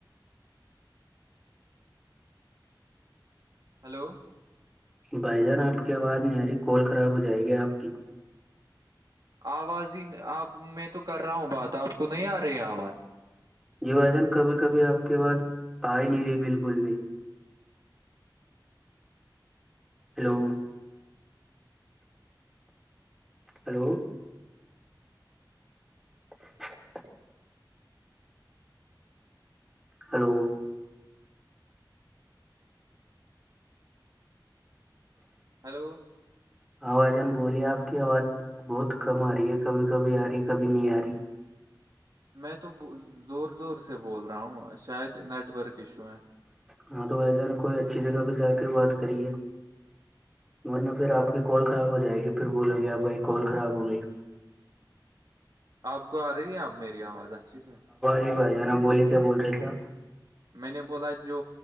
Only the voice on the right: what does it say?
ہلو
آواز ہی آپ میں تو کر رہا ہوں بات آپ کو نہیں آ رہی ہے آواز
ہیلو
میں تو زور زور سے بول رہا ہوں شاید نیٹ ورک ایشو ہے
آپ کو آ رہی ہیں آپ میری آواز اچھی سے
میں نے بولا جو